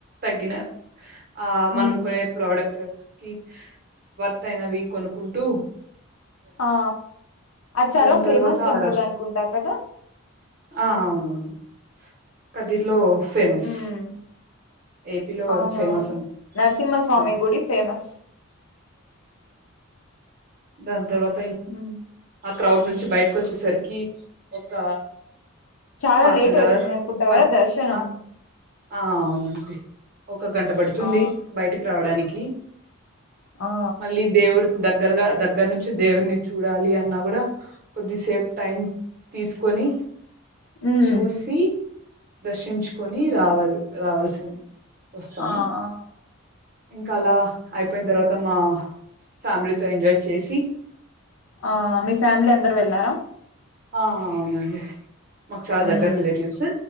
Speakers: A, on the right; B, on the left.
A: తగ్గిన ఆ
B: మ్మ్
A: మనం కొనే ప్రోడక్ట్ ట కి వార్తైనవి కొనుకుంటూ
B: ఆ అద్ చాలా
A: దాని
B: ఫేమస్
A: తర్వాత
B: టెంపుల్
A: ఆ రష్
B: అనుకుంటా కదా
A: ఆ అవునవును కదిర్లో ఫేమస్
B: మ్మ్
A: ఏపీలో
B: అవ్నవ్ను
A: అది ఫేమస్
B: నరసింహస్వామి
A: అ
B: గుడి ఫేమస్
A: దాన్ తర్వాత్
B: మ్మ్
A: క్రౌడ్ నుంచి బయటకొచ్చేసరికి ఒక
B: చాలా
A: హాఫెనవర్
B: లేట్ అవుతుంది అనుకుంటా
A: వన్
B: కదా దర్శనం
A: అ ఆ అవునండి ఒక గంట పడుతుంది
B: ఆ
A: బయటకి రావడానిక్ కి
B: ఆ
A: మళ్ళీ దేవుడు దగ్గరగా దగ్గర్ నుంచి దేవున్ని చూడాలి అన్నా గుడా కొద్దిసేపు టైం తీస్కొని
B: ఉమ్,
A: చూసి దర్శించుకొని రావలి రావాల్సింద్ వస్తాము
B: ఆ ఆ
A: ఇంకా అలా ఐపోయిన్ తర్వాత్ తమ ఫ్యామిలీతో ఎంజాయ్ చేసి
B: ఆ మీ ఫ్యామిలీ అందరు వెళ్లారా
A: ఆ అవునండి మక్ చాలా
B: ఉమ్
A: దగ్గర రిలేటివ్స్సు